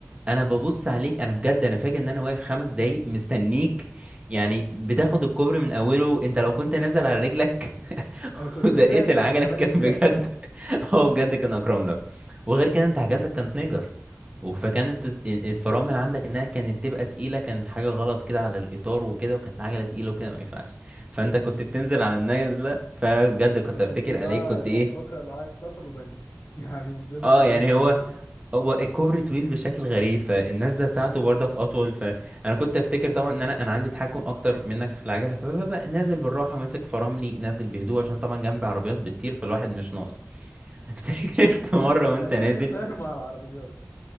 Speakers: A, on the right; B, on the left.
A: انا ببص عليك انا بجد انا فاكر ان انا واقف خمس دقايق مستنيك يعني بتاخد الكوبري من اوله انت لو كنت نازل على رجلك <laughs>
B: أنا كنت
A: وزقيت
B: طلعت
A: العجله
B: كان زماني
A: كان
B: طلعت
A: بجد <laughs> هو بجد كان اكرم لك وغير كده انت عجلتك كانت نيجر فكانت الس- الفرامل عندك انها كانت تبقى تقيله كانت حاجه غلط كده على الاطار وكده وكانت عجله تقيله وكده ما ينفعش فانت كنت بتنزل على النازله فبجد كنت
B: انا كنت
A: افتكر
B: بقى
A: عليك كنت
B: يعني
A: ايه
B: بقرا دعاء السفر وبنزل <laughs> يعني ده من
A: اه
B: الاخر
A: يعني هو
B: يعني
A: هو الكوبري طويل بشكل غريب فالنزله بتاعته برضك اطول فانا كنت افتكر طبعا ان انا انا عندي تحكم اكتر منك في العجله فببقى نازل بالراحه ماسك فراملي نازل بهدوء عشان طبعا جنبي عربيات بتطير فالواحد مش ناقص <laughs> افتكر
B: <laughs>
A: في مره
B: انا ببقى
A: وانت
B: نازل
A: نازل
B: طاير مع العربيات